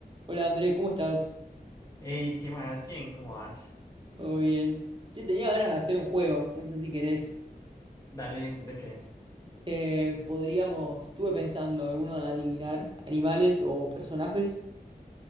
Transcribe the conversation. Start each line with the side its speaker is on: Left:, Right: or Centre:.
Right: Hola Andrés, ¿cómo estás?
Left: Ey, ¿qué más? Bien, ¿cómo vas?
Right: ¿Todo bien? Che, tenía ganas de hacer un juego, no sé si querés.
Left: Dale, ¿de qué?
Right: Eh, podríamos, estuve pensando, alguno de adivinar animales o personajes.